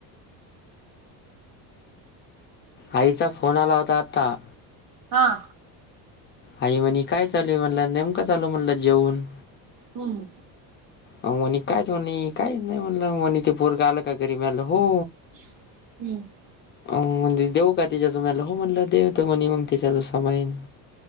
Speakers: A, on the left; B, on the right.
A: आईचा फोन आला होता आता.
B: हहां.
A: आई म्हणी काय चालूये, म्हणला नेमका चालू म्हणलं जेवून.
B: हम्म
A: अवो म्हणी कायच म्हणी, काहीच नाही म्हटलं, मनीचे पोरग आलं का घरी, म्या म्हटलं हो.
B: हम्म.
A: अ म्हणले देऊ का तिच्याच, मला हो म्हणलं देतं, म्हणे मग तिच्याचा संभाळीन.